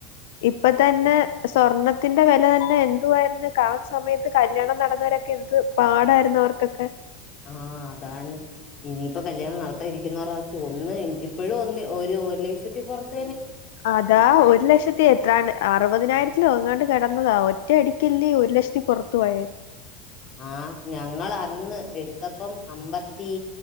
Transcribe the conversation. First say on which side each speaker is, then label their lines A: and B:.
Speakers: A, on the left (about 80°); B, on the left (about 30°).
A: ഇപ്പ തന്നെ സ്വർണത്തിന്റെ വില തന്നെ എ ന്തുവായിരുന്നു കാ സമയത്ത് കല്യാണം നടന്നവരൊക്കെ എന്ത് പാടായിരുന്നു അവർക്കൊക്കെ
B: ആ അതാണ് ഇനിയിപ്പ കല്യാണം നടത്താ ഇരിക്കുന്നവർടെ അവസ്ഥയോ ഒന്ന് ഇപ്പോഴും ഒന്ന് ഒര് ഒരു ലക്ഷത്തി പൊറത്ത്
A: അതാ ഒരു ലക്ഷത്തി എത്രാണ് അറുപതിനായിരത്തിലോ എങ്ങാണ്ട് കിടന്നതാ ഒറ്റയടിക്കല്ലേ ഒരു ലക്ഷ ത്തിപ്പൊറത്തു പോയേ
B: ആ ഞങ്ങൾ അന്ന് എടുത്തപ്പം അമ്പ ത്തി